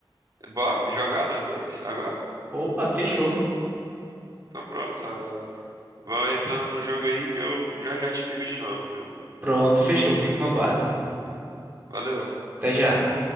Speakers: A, on the right (about 45°); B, on the right (about 20°).
A: bora jogar nós dois agora?
B: Opa, fechou.
A: Então pronto. ah, vão entrando no jogo aí que eu já já te ligo de novo, viu?
B: Pronto, fechou. Fico no aguardo.
A: Valeu.
B: Até já.